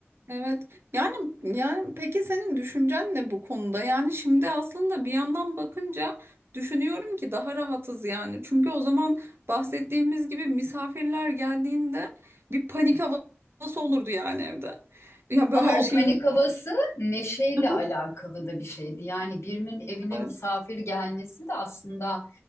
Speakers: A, on the right; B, on the left.
A: Evet. Yani yani peki senin düşüncen ne bu konuda? Yani şimdi aslında bir yandan bakınca düşünüyorum ki daha rahatız yani. Çünkü o zaman bahsettiğimiz gibi misafirler geldiğinde bir panik havası olurdu yani evde. Ya böyle
B: Ama
A: her
B: o
A: şeyin
B: panik
A: mü-
B: havası neşeyle
A: <laughs>
B: alakalı da bir şeydi. Yani birinin evine
A: Evet.
B: misafir gelmesi de aslında